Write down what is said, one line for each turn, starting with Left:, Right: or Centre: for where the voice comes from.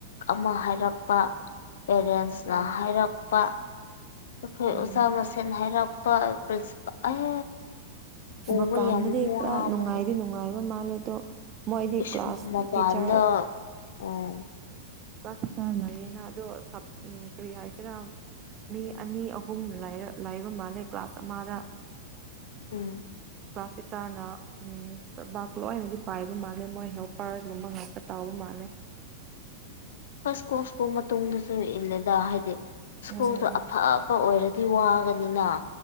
Left: ꯑꯃ ꯍꯥꯏꯔꯛꯄ ꯄꯦꯔꯦꯟꯁꯅ
Right: ꯎꯝ
Left: ꯍꯥꯏꯔꯛꯄ ꯑꯩꯈꯣꯏ
Right: ꯎꯝ
Left: ꯑꯣꯖꯥ ꯃꯁꯦꯟ ꯍꯥꯏꯔꯛꯄ ꯄ꯭ꯔꯤ ꯑꯦ ꯄꯨꯕ
Right: ꯃꯄꯥꯟꯗꯗꯤ
Left: ꯌꯥꯝ ꯋꯥꯕꯅꯦ
Right: ꯈꯔ ꯅꯨꯡꯉꯥꯏꯗꯤ ꯅꯨꯡꯉꯥꯏꯕ ꯃꯥꯜꯂꯦ ꯑꯗꯣ ꯃꯣꯏꯗꯤ
Left: ꯏꯁ
Right: ꯀ꯭ꯂꯥꯁ
Left: ꯃꯄꯥꯟꯗ
Right: ꯇꯤꯆꯔ
Left: ꯑꯣ
Right: <unintelligible> ꯑꯗꯣ ꯁꯞ ꯀꯔꯤ ꯍꯥꯏꯁꯤꯔꯥ ꯃꯤ ꯑꯅꯤ ꯑꯍꯨꯝ ꯂꯩ ꯂꯥꯏꯕ ꯃꯥꯜꯂꯦ ꯀ꯭ꯂꯥꯁ ꯑꯃꯗ
Left: ꯎꯝ
Right: ꯀ꯭ꯂꯥꯁ ꯇꯤꯆꯥꯔꯅ ꯎꯝ ꯕꯥꯥꯛ ꯂꯣꯏꯅꯗꯤ ꯄꯥꯏꯕ ꯃꯥꯜꯂꯦ ꯃꯣꯏ ꯍꯦꯜꯄꯔꯒꯨꯝꯕ ꯉꯥꯛꯇ ꯇꯧꯕ ꯃꯥꯜꯂꯦ ꯑꯂꯦ
Left: ꯍꯣꯏ ꯁ꯭ꯄꯨꯜ ꯁ꯭ꯀꯨꯜ ꯃꯇꯨꯡꯗꯁꯨ ꯏꯜꯂꯦꯗ ꯍꯥꯏꯗꯤ ꯁ꯭ꯀꯨꯜꯗꯣ
Right: ꯎꯝ
Left: ꯑꯐꯕ ꯑꯣꯏꯔꯗꯤ ꯋꯥꯒꯅꯤꯅ